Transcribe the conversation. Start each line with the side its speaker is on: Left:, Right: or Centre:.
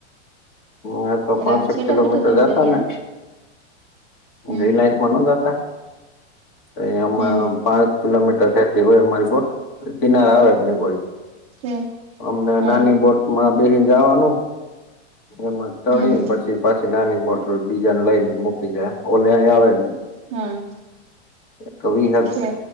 Left: હ એ તો
Right: એટલે
Left: પાંસઠ
Right: આમ છેટા
Left: કિલોમીટર
Right: છેટા જાવ
Left: જતા
Right: દરિયામાં
Left: ને.
Right: હમ
Left: રિલાયન્સમાં ન જતા, એ
Right: હમ હમ
Left: પા કિલોમીટર થ હોય અમારી બો કિનારા આવે કોઈ.
Right: છે
Left: અમને
Right: હા
Left: નાની બોટ માં બેસી જવાનું. એમાં ચળી
Right: હમ
Left: ને પછી પાછી નાની બોટલ બીજાને લઈને મૂકી જાય ઓલે અ આવે.
Right: હા
Left: કવષ
Right: છે